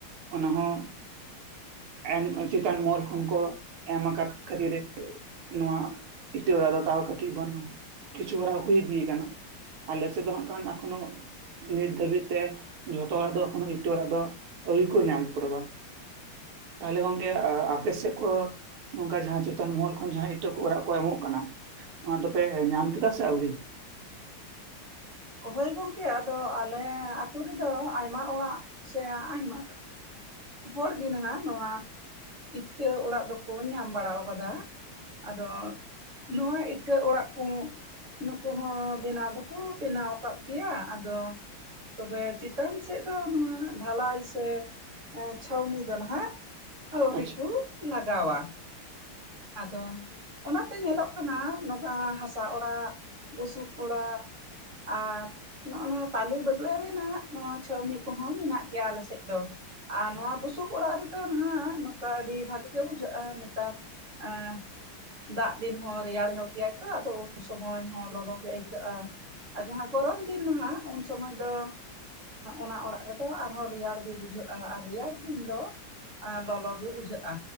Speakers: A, on the right; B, on the right.
A: ᱚᱱᱟ ᱦᱚᱸ ᱮᱢ ᱪᱮᱛᱟᱱ ᱢᱚᱦᱚᱞ ᱠᱷᱚᱱ ᱠᱚ ᱮᱢ ᱟᱠᱟᱫ ᱠᱷᱟᱹᱛᱤᱨ ᱱᱚᱣᱟ ᱤᱴᱟᱹ ᱚᱲᱟᱜ ᱫᱚ ᱛᱟᱣ ᱠᱟᱹᱴᱤᱡ ᱵᱟᱱᱩᱜ ᱠᱤᱪᱷᱩ ᱦᱚᱲᱟᱜ ᱫᱚ ᱦᱩᱭᱤᱫᱤᱭ ᱠᱟᱱᱟ ᱟᱞᱮ ᱥᱮᱫ ᱫᱚ ᱦᱟᱸᱜ ᱠᱷᱟᱱ ᱮᱠᱷᱚᱱᱳ ᱱᱤᱛ ᱫᱷᱟᱹᱵᱤᱡ ᱛᱮ ᱡᱷᱚᱛᱚ ᱦᱚᱲ ᱫᱚ ᱮᱠᱷᱚᱱᱚ ᱤᱴᱟᱹ ᱚᱲᱟᱜ ᱫᱚ ᱟᱹᱣᱨᱤ ᱠᱚ ᱧᱟᱢ ᱯᱩᱨᱟᱹᱣᱟ ᱛᱟᱦᱚᱞᱮ ᱜᱚᱝᱠᱮ ᱟᱯᱮ ᱥᱮᱫ ᱠᱚ ᱱᱚᱝᱠᱟ ᱡᱟᱦᱟᱸ ᱪᱮᱛᱟᱱ ᱢᱚᱦᱚᱞ ᱠᱷᱚᱱ ᱡᱟᱦᱟᱸ ᱤᱴᱟᱹ ᱠᱚ ᱚᱲᱟᱜ ᱠᱚ ᱮᱢᱚᱜ ᱠᱟᱱᱟ ᱚᱱᱟ ᱫᱚᱯᱮ ᱧᱟᱢ ᱠᱮᱫᱟ ᱥᱮ ᱟᱹᱣᱨᱤ?
B: ᱦᱚᱭ ᱜᱚᱝᱠᱮ ᱟᱫᱚ ᱟᱞᱮ ᱟᱹᱛᱩ ᱨᱮᱫᱚ ᱟᱭᱢᱟ ᱚᱲᱟᱜ ᱥᱮ ᱟᱭᱢᱟ ᱦᱚᱲᱜᱮ ᱱᱟᱦᱟᱜ ᱱᱚᱣᱟ ᱤᱴᱟᱹ ᱚᱲᱟᱜ ᱫᱚᱠᱚ ᱧᱟᱢ ᱵᱟᱲᱟᱣ ᱠᱟᱫᱟ ᱟᱫᱚ ᱱᱚᱣᱟ ᱤᱴᱟᱹ ᱚᱲᱟᱜ ᱠᱚ ᱱᱩᱠᱩ ᱦᱚᱸ ᱵᱮᱱᱟᱣ ᱫᱚᱠᱚ ᱵᱮᱱᱟᱣ ᱠᱟᱫ ᱜᱮᱭᱟ ᱟᱫᱚ ᱛᱚᱵᱮ ᱪᱮᱛᱟᱱ ᱥᱮᱫ ᱫᱚ ᱱᱚᱣᱟ ᱰᱷᱟᱞᱟᱭ ᱥᱮ ᱪᱷᱟᱹᱣᱱᱤ ᱫᱚ ᱱᱟᱸᱜ ᱟᱹᱣᱨᱤ
A: ᱟᱪᱪᱷᱟ
B: ᱠᱚ ᱞᱟᱜᱟᱣᱟ ᱟᱫᱚ ᱚᱱᱟᱛᱮ ᱧᱮᱞᱚᱜ ᱠᱟᱱᱟ ᱱᱚᱝᱠᱟ ᱦᱟᱥᱟ ᱚᱲᱟᱜ ᱵᱩᱥᱩᱵ ᱚᱲᱟᱜ ᱟᱨ ᱱᱚᱜᱼᱚᱭ ᱱᱚᱣᱟ ᱛᱟᱞᱮ ᱵᱟᱹᱜᱲᱟᱹ ᱨᱮᱱᱟᱜ ᱱᱚᱣᱟ ᱪᱷᱟᱴᱟᱹᱣᱱᱤ ᱠᱚᱦᱚᱸ ᱢᱮᱱᱟᱜ ᱜᱮᱭᱟ ᱟᱞᱮ ᱥᱮᱫ ᱫᱚ ᱟᱨ ᱱᱚᱣᱟ ᱵᱩᱥᱩᱵᱽ ᱚᱲᱟᱜ ᱨᱮᱫᱚ ᱱᱟᱸᱜ ᱱᱚᱝᱠᱟ ᱜᱮ ᱟᱹᱰᱤ ᱵᱷᱟᱜᱮ ᱜᱮ ᱵᱩᱡᱷᱟᱹᱜᱼᱟ ᱱᱮᱛᱟᱨ <unintelligible> ᱫᱟᱜ ᱫᱤᱱ ᱦᱚᱸ ᱨᱮᱭᱟᱲ ᱧᱚᱜ ᱜᱮᱭᱟᱭ ᱛᱚ ᱟᱫᱚ ᱩᱱ ᱥᱚᱢᱚᱭ ᱦᱚᱸ ᱞᱚᱞᱚ ᱜᱮ ᱟᱹᱭᱠᱟᱹᱜᱼᱟ ᱟᱨ ᱡᱟᱸᱦᱟᱸ ᱜᱚᱨᱚᱢ ᱫᱤᱱ ᱫᱚ ᱦᱟᱸᱜ ᱩᱱ ᱥᱚᱢᱚᱭ ᱫᱚ ᱚᱱᱟ ᱚᱲᱟᱜ ᱨᱮᱫᱚ ᱟᱨᱦᱚᱸ ᱨᱮᱭᱟᱲ ᱜᱮ ᱵᱩᱡᱷᱟᱹᱜᱼᱟ ᱟᱨ ᱨᱮᱭᱟᱲ ᱫᱤᱱ ᱫᱚ ᱟ ᱞᱚᱞᱚ ᱜᱤ ᱵᱩᱡᱷᱟᱹᱜ-ᱟ